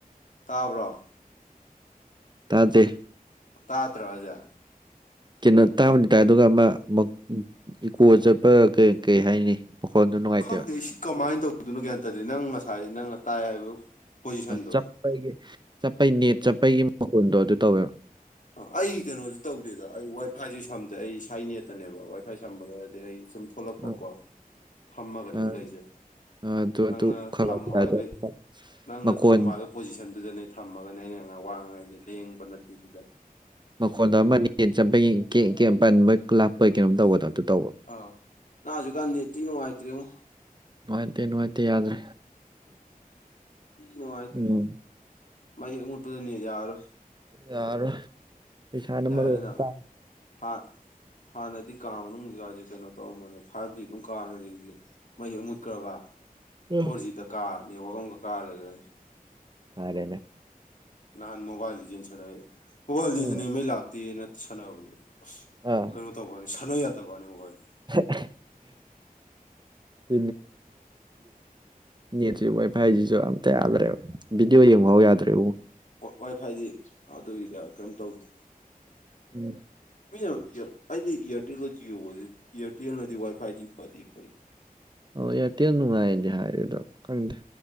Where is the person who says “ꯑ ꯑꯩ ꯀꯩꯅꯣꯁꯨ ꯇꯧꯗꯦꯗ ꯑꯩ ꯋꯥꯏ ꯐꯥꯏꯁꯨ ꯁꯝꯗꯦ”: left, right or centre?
Left